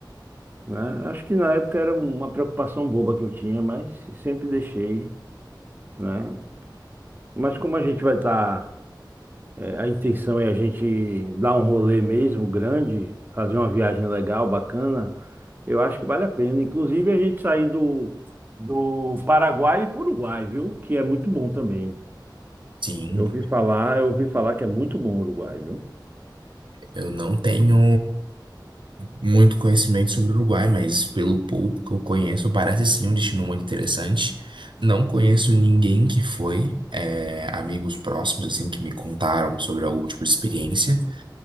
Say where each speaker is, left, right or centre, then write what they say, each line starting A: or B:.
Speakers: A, on the right; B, on the right.
A: né? Acho que na época era uma preocupação boba que eu tinha, mas sempre deixei, né? Mas como a gente vai estar, a intenção é a gente dar um rolê mesmo grande, fazer uma viagem legal, bacana, eu acho que vale a pena. Inclusive a gente sair do do Paraguai e para o Uruguai, viu? Que é muito bom também.
B: Sim.
A: Eu ouvi falar, eu ouvi falar que é muito bom o Uruguai, viu?
B: Eu não tenho muito conhecimento sobre o Uruguai, mas pelo pouco que eu conheço, parece sim um destino muito interessante. Não conheço ninguém que foi, é, amigos próximos, assim, que me contaram sobre algum tipo de experiência,